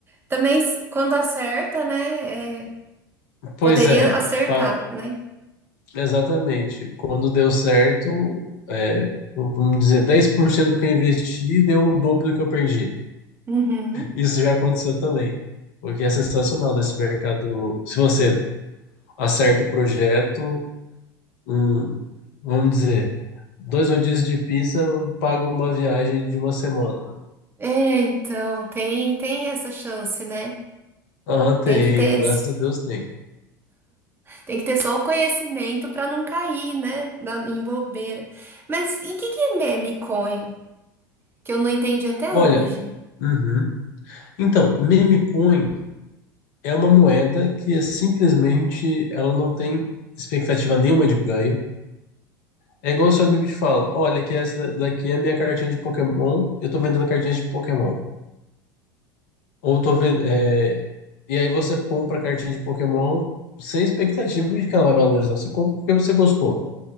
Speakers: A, on the right; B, on the left.
A: Também, s- quando acerta, né? é,
B: Pois
A: poderia
B: é,
A: acertar,
B: pa-
A: né?
B: exatamente. Quando deu certo, é, vamos dizer, 10% do que eu investi deu o dobro do que eu perdi.
A: Uhum.
B: Isso já aconteceu também. O que é sensacional nesse mercado. Se você acerta o projeto, hum, vamos dizer, dois rodízios de pizza paga uma viagem de uma semana.
A: É, então, tem, tem essa chance, né?
B: Aham, tem,
A: Tem que ter,
B: graças a Deus tem.
A: tem que ter só o conhecimento para não cair, né? na- em bobeira. Mas e o que, que é meme coin? Que eu não entendi até
B: Olha,
A: hoje.
B: uhum. Então, meme coin é uma moeda que é simplesmente ela não tem expectativa nenhuma de ganho. É igual seu amigo te fala, olha que essa daqui é a minha cartinha de Pokémon, eu tô vendendo cartinhas de Pokémon. Ou tô vendo. é, E aí você compra a cartinha de Pokémon sem expectativa de que ela vai valorizar. Você compra porque você gostou.